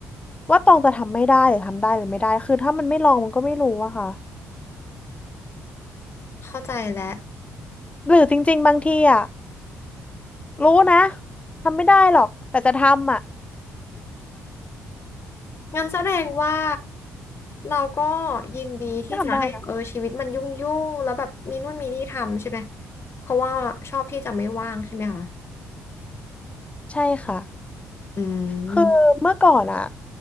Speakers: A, on the left (about 15°); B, on the left (about 35°).
A: ว่าตองจะทำไม่ได้หรือทำได้หรือไม่ได้คือถ้ามันไม่ลองมันก็ไม่รู้อะค่ะ
B: เข้าใจแล้ว
A: หรือจริงๆบางทีอะรู้นะทำไม่ได้หรอกแต่จะทำอะ <laughs>
B: งั้นแสดงว่าเราก็ยินดีที่จะให้เออชีวิตมันยุ่งยุ่งแล้วแบบมีนู่นมีนี่ทำใช่ไหม
A: ก็ทำได้นะ
B: เพราะว่าชอบที่จะไม่ว่างใช่ไหมคะ
A: ใช่ค่ะ
B: อืม
A: คือเมื่อก่อนอะ